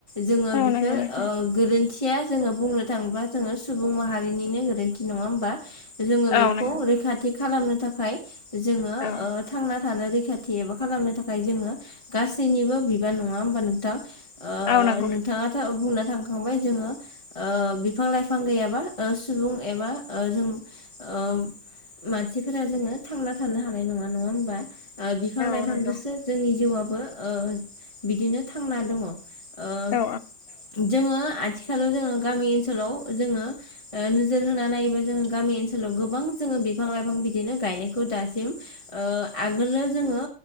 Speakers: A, on the left; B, on the left.
A: जोङो
B: औ
A: बेफोर
B: नंगौ नोंथां।
A: ओ गोरोन्थिया जोङो बुंनो थाङोब्ला जोङो सुबुं माहारिनिनो गोरोन्थि नङा होमबा। जोङो बेखौ
B: औ नंगौ
A: रैखाथि खालामनो थाखाय जोङो
B: औ
A: ओ थांना थानो रैखाथि एबा खालामनो थाखाय जोङो गासैनिबो बिबान नङा होमबा नोंथां। ओ
B: औ नंगौ
A: नोंथाङा बुंना थांखांबाय जोङो ओ बिफां लाइफां गैयाबा ओ सुबुं एबा ओ जों ओ मानसिफोरा जोङो थांना थानो हानाय नङा नङा होमबा। ओ बिफां
B: औ
A: लाइफांदोसो
B: नंगौ
A: जोंनि जिउबो ओ बिदिनो थांना दङ। ओ
B: औ
A: जोङो आथिखालाव जोङो गामि ओनसोलाव जोङो ओ नोजोर होनानै नायोबा जोङो गामि ओनसोलाव गोबां जोङो बिफां लाइफां बिदिनो गायनायखौ दासिम ओ आगोलो जोङो